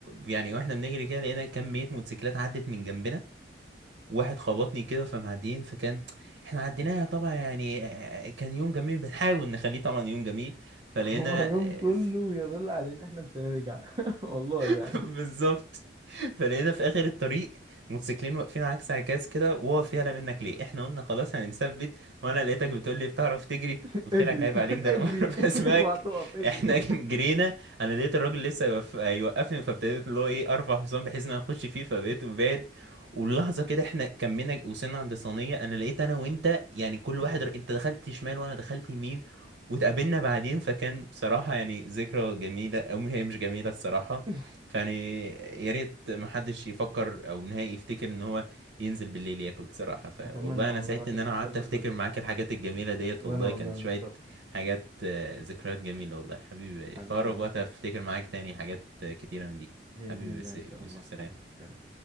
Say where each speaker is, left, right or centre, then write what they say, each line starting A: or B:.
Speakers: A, on the right (about 75°); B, on the right (about 25°).
A: يعني واحنا بنجري كده لقينا كميه موتوسيكلات عدت من جنبنا واحد خبطني كده فمعديين فكان احنا عديناها طبعا يعني آه، كان يوم جميل بنحاول نخليه طبعا يوم جميل فلقينا
B: هو يوم
A: آه،
B: كله يدل على إن إحنا مش هنرجع <laughs> والله يعني
A: <laughs> بالظبط فلقينا في اخر الطريق موتوسيكلين واقفين عكس عكاز كده واقف يعلى منك ليه احنا قلنا خلاص هنثبت وانا لقيتك بتقول لي بتعرف تجري
B: <laughs>
A: قلت
B: اجري
A: لك عيب عليك
B: <laughs>
A: ده انا
B: اجري
A: <laughs> بعرف
B: <laughs>
A: اسمعك
B: اوعى تقف اجري
A: احنا <laughs> جرينا انا لقيت الراجل لسه يوقف- يوقفني فابتديت اللي هو ايه ارفع حصان بحيث ان انا اخش فيه فبقيت بعد واللحظه كده احنا كملنا وصلنا عند صينيه انا لقيت انا وانت يعني كل واحد ر- انت دخلت شمال وانا دخلت يمين واتقابلنا بعدين فكان صراحه يعني ذكرى جميله او هي مش جميله الصراحه
B: <laughs>
A: فيعني يا ريت ما حدش يفكر او نهائي يفتكر ان هو ينزل بالليل ياكل بصراحة فوالله
B: أتمنى
A: انا
B: والله
A: سعيد
B: بعد
A: ان
B: اللي
A: انا
B: حصل
A: قعدت
B: ده
A: افتكر
B: كله
A: معاك الحاجات الجميلة ديت
B: وأنا
A: والله
B: والله
A: كانت
B: يا مصطفى
A: شوية حاجات آه، ذكريات جميلة والله حبيبي
B: حبيبي
A: في اقرب
B: يا مصطفى
A: وقت افتكر معاك تاني حاجات آه، كتيرة من دي
B: بإذن
A: حبيبي
B: الله إن
A: يا
B: شاء
A: يوسف
B: الله
A: سلام
B: حبيبي سلام